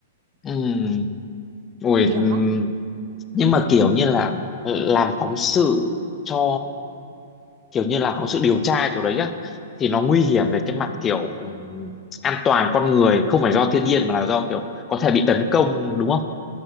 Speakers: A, on the left; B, on the right.
A: ừm, ôi,
B: nguy hiểm
A: ừm,
B: lắm
A: nhưng mà kiểu như là ờ, làm phóng sự cho kiểu như là có sự điều tra kiểu đấy á thì nó nguy hiểm về cái mặt kiểu ừm, an toàn con người không phải do thiên nhiên mà là do kiểu có thể bị tấn công đúng không